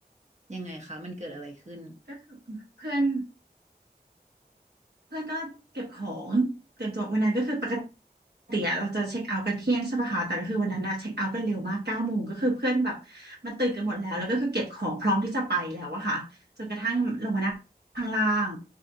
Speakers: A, on the right; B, on the right.
A: ยังไงคะมันเกิดอะไรขึ้น
B: ก็คือเพื่อนเพื่อนก็เก็บของเก็บตัววันนั้นก็คือปกติอะเราจะเช็คเอาท์กันเที่ยงใช่ปะคะแต่ก็คือวันนั้นนะเช็คเอาท์กันเร็วมากเก้าโมงก็คือเพื่อนแบบมันตื่นกันหมดแล้วแล้วก็คือเก็บของพร้อมที่จะไปแล้วอะค่ะจนกระทั่งลงมานั่งข้างล่าง